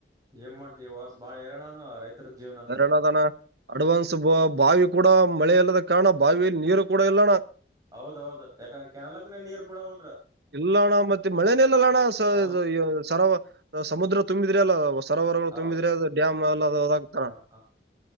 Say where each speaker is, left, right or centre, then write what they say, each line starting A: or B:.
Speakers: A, on the right; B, on the right.
A: ಏನ್ ಮಾಡ್ತಿ ಹೊಸ್ ಬಾಳ ಹೇರಳನು ರೈತರ ಜೀವನ ಅಂತಾರ
B: ಅನದಾನ <unintelligible> ಅಡ್ವಾನ್ಸ್ ಬ ಬಾವಿ ಕೂಡ ಮಳೆ ಇಲ್ಲದ ಕಾರಣ ಬಾವಿಯಲ್ಲಿ ನೀರು ಕೂಡ ಇಲ್ಲಣ
A: ಹೌದೌದು ಯಾಕ ಕೆನಾಲಕ್ ನ ನೀರ್ ಬಿಡವಲ್ರ
B: ಇಲ್ಲಣ್ಣ ಮತ್ತೆ ಮಳೆನೇಲ್ಲಲ್ಲ ಅಣ್ಣ ಸ
A: ಹೌದ್
B: ಸರವ ಸಮುದ್ರ ತುಂಬಿದ್ರಿ ಅಲ್ಲ. ಸರೋವರಗಳು
A: ಹೌದ್
B: ತುಂಬಿದ್ರೆ ಅ ಡ್ಯಾಮ್ ಎಲ್ಲ ಅ ಹದಾಗ್ತಾನ
A: ಹಾ ಹಾ